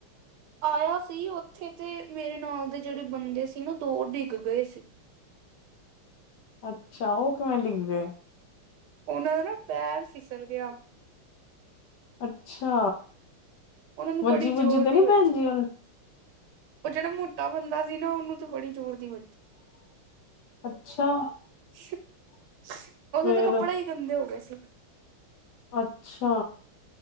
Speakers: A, on the right; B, on the left.
A: ਆਏਆ ਸੀ, ਓਥੇ ਤੇ ਮੇਰੇ ਨਾਲ ਦੇ ਜੇਹੜੇ ਬੰਦੇ ਸੀ ਨਾ, ਦੋ ਡਿੱਗ ਗਏ ਸੀ।
B: ਅੱਛਾ, ਓ ਕਿਵੇਂ ਡਿੱਗ ਗਏ?
A: ਓਨਾਂ ਦਾ ਨਾ, ਪੈਰ ਫਿਸਲ ਗਿਆ।
B: ਅੱਛਾ
A: ਉਹਨਾਂ ਨੂੰ
B: ਵੱਜੀ
A: ਬੜੀ ਜ਼ੋਰ
B: ਵੁਜੀ ਤੇ
A: ਦੀ ਵੱਜੀ।
B: ਭੈਣ ਜੀ ਉਣ
A: ਉਹ ਜੇੜਾ ਮੋਟਾ ਬੰਦਾ ਸੀ ਨਾ ਉਹਨੂੰ ਤੇ ਬੜੀ ਜ਼ੋਰ ਦੀ ਵੱਜੀ।
B: ਅੱਛਾ
A: ਅਛ ਉਹਦੇ
B: ਫੇਰ
A: ਤਾਂ ਕੱਪੜੇ ਹੀ ਗੰਦੇ ਹੋ ਗਏ ਸੀ।
B: ਅੱਛਾ